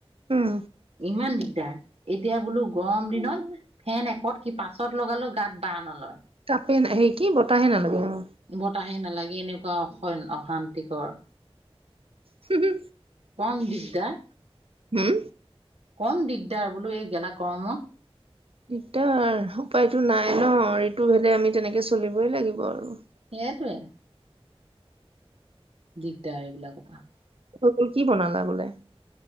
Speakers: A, on the right; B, on the right.
A: উম
B: ইমান দিগদাৰ, এতিয়া বোলো গৰম দিনত, ফেন একত কিত? পাছত লগালেও গাত বাঁহ নলয়।
A: ফেন, হেৰি কি বতাহে নালাগে অ'।
B: বতাহে নালাগে, এনেকুৱা অশইন‌ অশান্তিকৰ।
A: হো হো
B: কম, দিগদাৰ।
A: হম
B: কম দিগদাৰ বোলো, এই গেলা গৰমত।
A: দিগদাৰ উপায়তো নাই ন, ঋতুভেদে আমি তেনেকে চলিবই লাগিব আৰু।
B: এইটোৱেই। দিগদাৰ এইবিলাকৰ পা
A: এইটো কি বনালা বোলে?